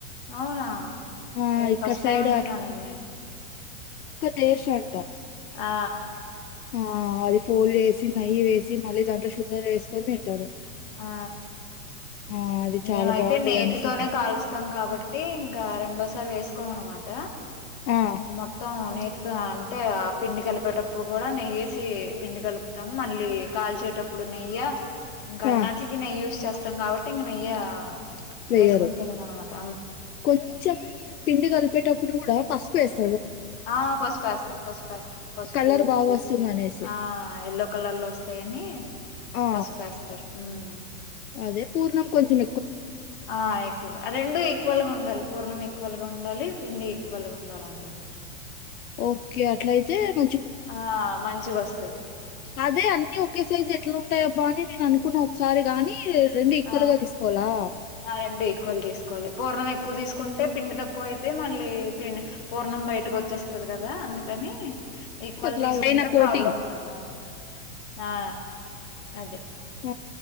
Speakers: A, on the left (about 35°); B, on the left (about 80°).
A: అవున
B: ఆ
A: ఏ
B: ఇక్కడ
A: ఫస్ట్
B: సైడ్
A: టైం వింటున్నా నేను
B: తేషంట
A: ఆ
B: ఆ అది ఫోల్ చేసి నెయ్యి వేసి మళ్ళీ దాంట్లొ షుగర్ వేసుకొని తింటారు
A: ఆ
B: ఆ అది
A: మేమైతే
B: చాలా బాగుంటది
A: నేతితోనే
B: అనేసి అన్నారు
A: కాలుస్తాం కాబట్టి ఇంకా రెండోసారి వేసు ఎక్కువ అనమాట
B: ఆ
A: ఇక మొత్తం నే తుదో అంటే ఆ పిండి కలిపేటప్పుడు కూడ నెయ్యేసి పిండి కలుప్తాము మళ్ళీ కాల్చేటప్పుడు నెయ్య ఇంకా అన్నాట్లికి
B: ఆ
A: నెయ్యి యూస్ చేస్తా మొత్తం కాబట్టి ఇంక నెయ్య
B: వెయ్యరు
A: వేసుకుని తినం అనమాట
B: కొంచం పిండి కలిపేటప్పుడు ఇప్పుడు కూడ పసుపు వేస్
A: ఆ పసుపేస్తాం పసుపేస్తాం పసుపు
B: కలర్
A: ఉప్పు
B: బాగా వస్తుంది అనేసి
A: ఆ ఎల్లో కలర్ లో వస్తాయని
B: ఆ
A: పసుపు వేస్తారు ఉమ్
B: అదే పూర్ణం కొంచం
A: ఆ ఎక్కువగా రెండు ఈక్వల్ గా ఉండాలి పూర్ణం ఎక్కువ ఈక్వల్గా ఉండాలి పిండి ఈక్వల్ గా ఉండాలి అన్నమాట
B: ఓకే అట్లయితే మ
A: ఆ మంచిగా వ
B: అదే అన్ని ఒకే సైజ్ ఎట్లా ఉం టాయి అబ్బా అని నేను అనుకున్నా ఒకసారి గాని రెండు ఈక్వల్
A: ఆ
B: గా తీసుకోవాలా
A: ఆ రెండు ఈక్వల్ తీసుకోవాలి పూర్ణం ఎక్కువ తీసుకుంటే పిండి తక్కువ అయితే మళ్ళీ పిం పూర్ణం బయటకు వచ్చేస్తది కదా అందుకని ఈక్వల్
B: పతలాగా
A: తీసుకుంటే
B: పైన కోటింగ్.
A: ప్రాబ్లం ఉండదు ఆ ఆ అదే
B: హ